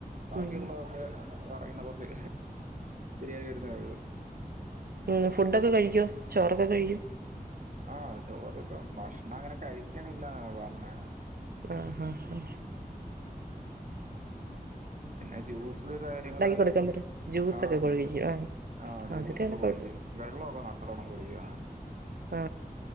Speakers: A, on the right; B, on the right.
A: ബാക്കിയുള്ളതൊക്കെ
B: ഉം
A: വ പറയുന്ന കുറച്ച് ശരിയായി വരുന്നേഒള്ളൂ
B: ഉം ഫുഡൊക്കെ കഴിക്കോ ചോറൊക്കെ കഴികോ
A: ആ ചോറ് ഇപ്പ ഭക്ഷ്ണം അങ്ങനെ കഴിക്കണില്ല പറ്ണേ
B: ആഹ് ഹ ഹാ ഉം
A: പിന്നെ ജ്യൂസ് കാര്യങ്ങള്
B: കൊടുക്കാൻ പറ്റും ജ്യൂസൊക്കെ
A: ആ <unintelligible>
B: കുഴക്കും ആഹ്
A: ആ ജ്യൂസൊക്കെ
B: അതൊക്കെയാണ്
A: കുടിക്കും
B: കുഴപ്പം
A: വെള്ളമൊക്കെ നല്ലോണ്ണം കുടിക്കും അങ്ങനെ
B: ആ